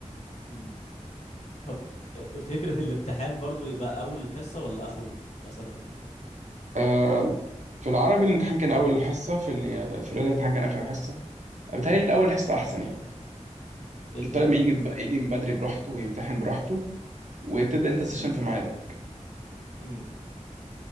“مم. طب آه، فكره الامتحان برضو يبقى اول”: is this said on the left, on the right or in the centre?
Left